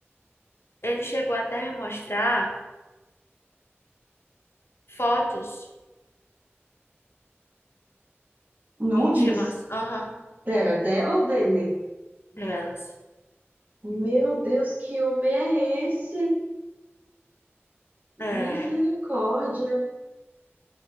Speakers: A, on the left (about 60°); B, on the right (about 40°).
A: Ele chegou até me mostrar fotos
B: Nudes?
A: íntimas, aham,
B: Pera, dela ou dele?
A: delas.
B: Meu Deus, que homem é esse?
A: É,
B: Misericórdia.